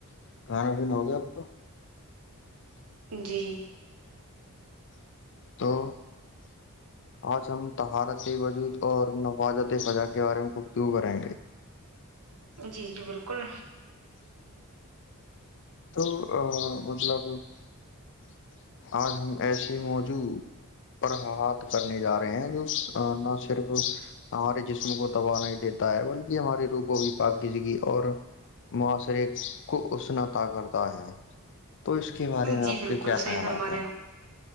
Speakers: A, on the left; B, on the right.
A: کھانا پینا ہو گیا آپ کا
B: جی
A: تو آج ہم طہارت وجود اور نفاجت فزا کے بارے میں خبتو کریں گے
B: جی جی بالکل
A: تو مطلب آج ہم ایسے موجو پر ہات کرنے جا رہے ہیں جو نہ صرف ہمارے جسم کو تباہ نہیں دیتا ہے بلکہ ہمارے روح کو بھی پاک گزگی اور معاشرے کو اسنت کرتا ہے تو اس کے بارے میں
B: جی
A: آپ
B: بالکل
A: کے کیا
B: صحیح
A: خیالات
B: فرما
A: ہیں
B: رہے